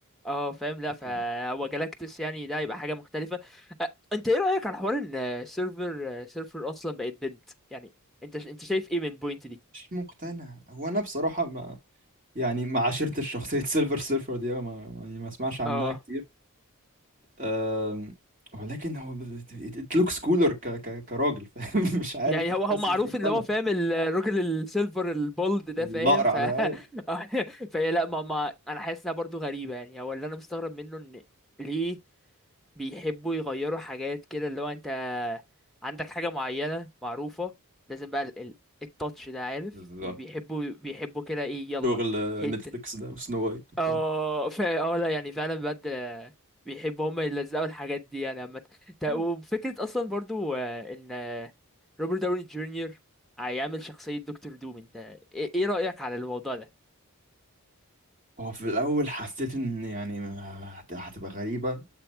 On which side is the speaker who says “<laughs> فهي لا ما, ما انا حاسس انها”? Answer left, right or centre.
Centre